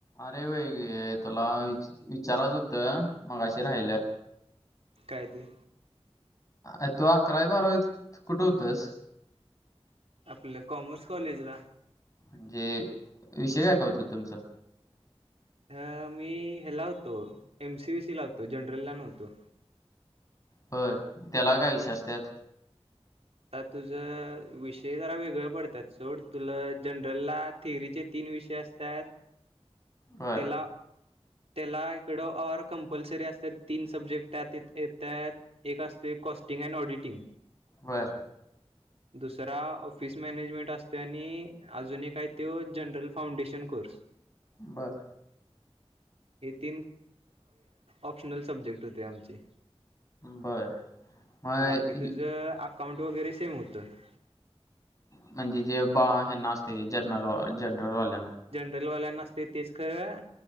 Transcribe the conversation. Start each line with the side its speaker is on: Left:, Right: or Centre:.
Left: अरे वई ग तुला विच, विचारयच हुतं, मगाशी राहाहिलंऽऽ
Right: कायते?
Left: अ तो अकरावी बारावी तर कुठं हुतस.
Right: आपलं कॉमर्स कॉलेजला..
Left: म्हणजे,, विषय काय काय हुतं तुमचंऽ
Right: ह, मी ह्याला होतो,, एम, सी, बि, सी ला हुतो,, जनरल ला नव्हतो...
Left: ब त्याला काय विश्वासतत
Right: आता तुझ विषय जरा वेगळ पडतात सोड तुला जनरलला थिअरीचे तीन ी विषय असतात
Left: बर
Right: त्याला त्याला इकडं र कंपल्सरी असतात तीन सब्जेक्ट त्यात त्यात एक असत कॉस्टिंग अँड ऑडिटिंग
Left: बर
Right: दुसरा ऑफिस मॅनेजमेंट असते आणि अजून एक काय त जनरल फाउंडेशन कोर्स
Left: बर,
Right: हे तीन ऑप्शनल सब्जेक्ट होते आमचे
Left: बर मग
Right: <inaudible> बाकी
Left: इ-
Right: तुझ अकाउंट वगैरे सेम होतं
Left: म्हणजे जे बा हे ना असते जर्नल जनरल वाल्यांना
Right: हॉटेलवाल्या नसते तेच खरं,